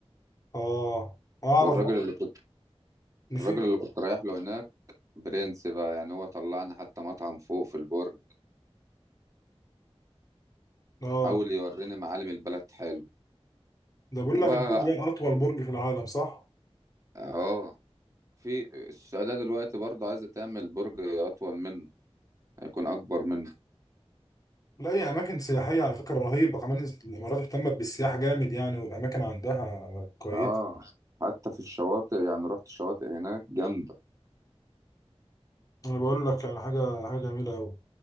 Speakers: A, on the left; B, on the right.
A: اه اعرف
B: والراجل
A: برضه
B: اللي كنت
A: ان
B: الراجل
A: في
B: اللي كنت رايح له هناك برنس بقى يعني هو طلعنا حتى مطعم فوق في البرج
A: اه
B: حاول يوريني معالم البلد حلو
A: ده بقول
B: وبقى
A: لك البرج ده اطول برج في العالم صح
B: اه في السعودية دلوقتي برضه عايزة تعمل برج أطول منه هيكون أكبر منه
A: لا هي اماكن سياحيه على فكره رهيبه كمان الامارات اهتمت بالسياحه جامد يعني والاماكن عندها كويسه
B: اه حتى في الشواطئ يعني رحت الشواطئ هناك جامدة
A: انا بقول لك على حاجه حاجه جميله قوي